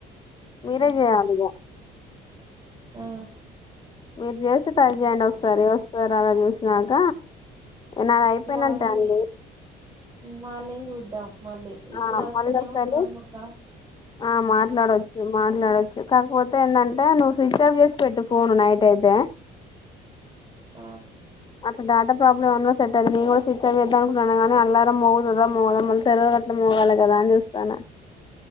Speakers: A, on the left; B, on the right.
A: మీరే
B: ఆ
A: చేయాలి ఇగా
B: ఆ
A: మీరు చేసి ట్రై చేయండి ఒకసారి వస్తార అలా చూసినాక నాది అయిపోయినట్టే
B: మార్నింగ్యే
A: అండి
B: మార్నింగ్ ఉ మళ్ళీ ఇప్పుడు
A: ఆ
B: వస్తానేమో
A: మళ్ళీ ఒకసారి
B: ఒక రెండు <unintelligible> మూడు కా
A: ఆ మాట్లాడొచ్చు మాట్లాడొచ్చు కాకపోతే ఏంటంటే నువ్వు స్విచ్ ఆఫ్ చేసి పెట్టు ఫోను నైట్ అయితే
B: ఆ
A: అట్లా డట ప్రాబ్లమ్ ఏమన్నన్నా సెట్ అయి నేను కూడా స్విచ్ అని చేద్దానుకుున్నాను కానీ అల్లారం మోగుతుదా మోదాం మళ్ళీ తెల్లర‌ అట్లా మోగాలి కదా అని చూస్తాను